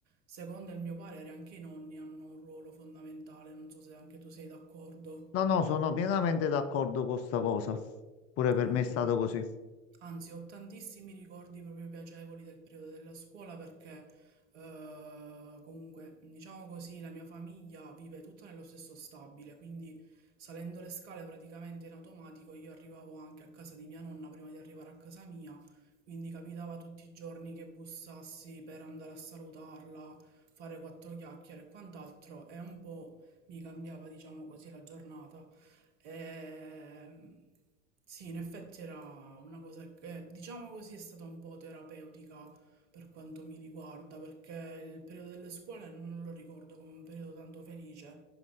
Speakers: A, on the right (about 65°); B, on the left (about 40°).
A: secondo il mio parere anche i nonni hanno un ruolo fondamentale, non so se anche tu sei d'accordo.
B: No, no, sono pienamente d'accordo con sta cosa. Pure per
A: Sì,
B: me
A: sì,
B: è stato
A: sì.
B: così.
A: Anzi, ho tantissimi ricordi proprio piacevoli del periodo della scuola perché eh, comunque, diciamo così, la mia famiglia vive tutta nello stesso stabile, quindi salendo le scale praticamente in automatico io arrivavo anche a casa di mia nonna prima di arrivare a casa mia, quindi capitava tutti i giorni che bussassi per andare a salutarla, fare quattro chiacchiere e quant'altro e un po' mi cambiava, diciamo così, la giornata. Ehm, sì, in effetti era una cosa che, diciamo così, è stata un po' terapeutica per quanto mi riguarda, perché il periodo delle scuole non lo ricordo come un periodo tanto felice.